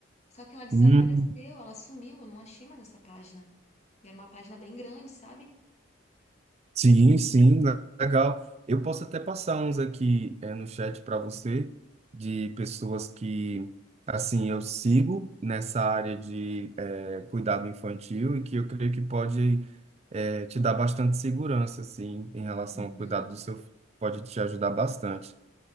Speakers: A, on the left; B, on the right.
A: só que ela desapareceu,
B: Hum,
A: ela sumiu, eu não achei mais essa página. E era uma página bem grande, sabe?
B: sim, sim, le- legal. Eu posso até passar uns aqui eh, no chat para você de pessoas que assim eu sigo nessa área de eh, cuidado infantil e que eu creio que pode eh, te dar bastante segurança assim em relação
A: Uhum.
B: ao cuidado do seu filho. Pode te ajudar bastante.